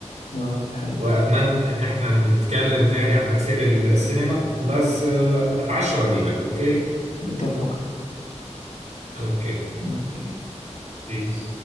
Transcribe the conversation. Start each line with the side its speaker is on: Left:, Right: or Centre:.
Left: نعم دي حقيقة
Right: وأتمنى إن إحنا نتكلم تاني عن تأثير السينما بس آه، أتعشى وأجيلك أوكي؟
Left: اتفقنا
Right: أوكي
Left: أوكي
Right: بيس